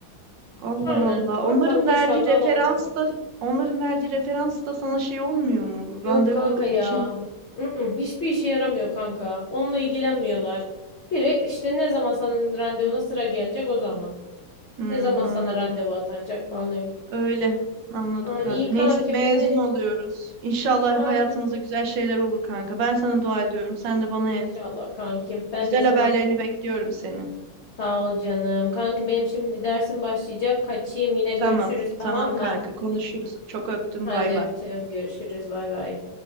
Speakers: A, on the right; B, on the left.
A: Allah
B: Aynen.
A: Allah.
B: bakalım
A: Onların verdiği
B: inşallah
A: referans
B: alabilirim.
A: da onların verdiği referans da sana şey olmuyor mu?
B: Yok
A: Randevu
B: kanka ya.
A: için.
B: Mm-mm, hiçbir işe yaramıyor kanka. Onunla ilgilenmiyorlar. Direkt işte ne zaman senin randevuna sıra gelecek o zaman.
A: Hmm,
B: Ne zaman sana
A: anladım.
B: randevu atanacak falan öyle.
A: Öyle. Anladım
B: Yani
A: kanka.
B: iyi kankim
A: Neyse mezun
B: beni.
A: oluyoruz. İnşallah
B: Aynen.
A: hayatımızda güzel şeyler olur kanka. Ben sana dua ediyorum. Sen de bana
B: İnşallah
A: et.
B: kankim. Ben
A: Güzel
B: de sana
A: haberlerini bekliyorum senin.
B: sağ ol canım. Kanki benim şimdi dersim başlayacak. Kaçayım yine görüşürüz
A: Tamam.
B: tamam
A: Tamam
B: mı?
A: kanka. Konuşuruz. Çok öptüm.
B: Hadi
A: Bay bay.
B: öptüm. Görüşürüz. Bay bay.